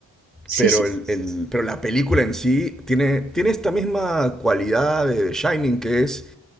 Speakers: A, on the right; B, in the centre.
A: sí,
B: Pero,
A: sí.
B: el,
A: sí.
B: el- pero la película en sí tiene, tiene esta misma cualidad de The Shining que es,